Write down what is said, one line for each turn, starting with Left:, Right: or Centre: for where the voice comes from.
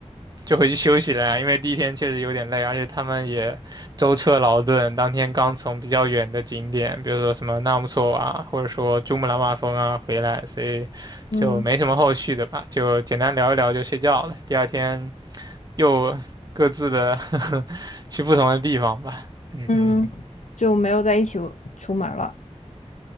Right: 就回去休息了呀，因为第一天确实有点累，而且他们也舟车劳顿，当天刚从比较远的景点，比如说什么纳木错啊，或者说珠穆朗玛峰啊回来，所以就没什么后续的吧，
Left: 嗯
Right: 就简单聊一聊就睡觉了。第二天又各自的 <laughs> 去不同的地方吧，嗯
Left: 嗯，就没有在一起出门了。